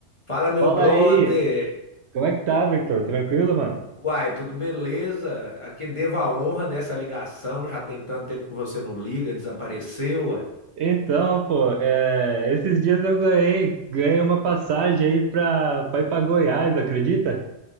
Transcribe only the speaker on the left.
Fala, meu
brother.
Uai, tudo beleza? Aqui devo a honra dessa ligação. Já tem tanto tempo que você não liga, desapareceu, uai.